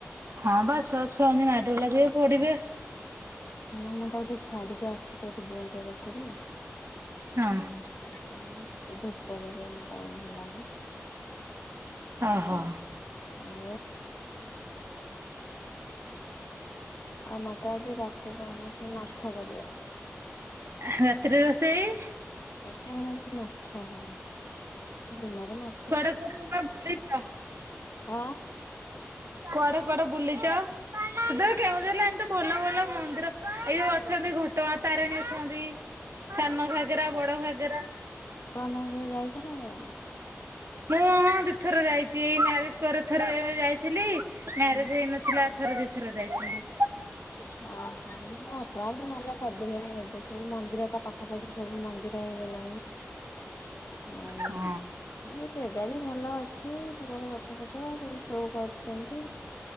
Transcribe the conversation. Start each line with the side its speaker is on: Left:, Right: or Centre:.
Right: ହଁ ବା ଛୁଆ ଛୁଆ ହେମିତି ମାଡଗୋଡ଼ି ଲାଗିବେ ପଡିବେ।
Left: ନା ମୁଁ ତାକୁ ଟିକେ ଛାଡିକି ଆସିୁଛି ତ ଏଠି ବୋଉଙ୍କ କତିରେ।
Right: ହଁ
Left: ସେ ଧୂପ ଦେବେ ଏଇନା ଟାଇମ୍ ହେଲା।
Right: ଓହୋ।
Left: ଓ ଆଉ ମାତା ଆଜି ରାତି କଣ, ସେଇ ମାଛ କରିବେ।
Right: ରାତିରେ ରୋଷେଇ?
Left: ରାତିରେ ଆମର ଆଜି ମାଛ ହବ। ଦିନରେ ମା
Right: କୁଆଡେ କୁଆଡେ ବୁଲିଛ?
Left: ଆଁ
Right: କୁଆଡେ କୁଆଡେ ବୁଲିଛ? ତମ କେଉଁଝର ଲାଇନ୍ ତ ଭଲ ଭଲ ମନ୍ଦିର ଏଇଯୋଉ ଅଛନ୍ତି ଘଟଗାଁ ତାରିଣୀ ଅଛନ୍ତି। ସାନ ଘାଗେରା, ବଡ ଘାଗେରା।
Left: <unintelligible> <unintelligible>
Right: ମୁଁ ହଁ ଦିଥର ଯାଇଛି ଏଇ ମ୍ୟାରେଜ ପରେ ଥର ଏବେ ଯାଇଥିଲି, ମ୍ୟାରେଜ
Left: ହୁଁ
Right: ହେଇନ ଥିଲା, ଥରେ ଦିଥର ଯାଇଥିଲି।
Left: ଓହୋ ଆପଣ ଭଲ କରିଦେଲେଣି ଏବେ ସବୁ ମନ୍ଦିର ତା ପାଖାପାଖି ସବୁ ମନ୍ଦିର ହେଇଗଲାଣି।
Right: <inaudible>
Left: ଆଉ
Right: ହଁ।
Left: ଜାଗା ବି ଭଲ ଅଛି ସବୁଆଡେ ଗଛ ଫଛ ସବୁ ସୋ କରୁଛନ୍ତି।